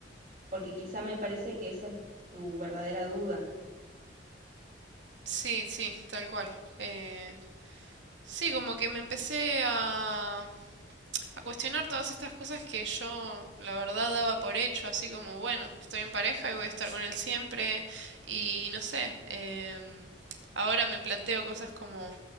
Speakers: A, on the right (about 40°); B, on the right (about 75°).
A: porque quizá me parece que esa es tu verdadera duda.
B: Sí, sí, tal cual. Eh, sí, como que me empecé a... a cuestionar todas estas cosas que yo, la verdad, daba por hecho, así como, bueno, estoy en pareja y voy a estar con él siempre, y no sé, em, ahora me planteo cosas como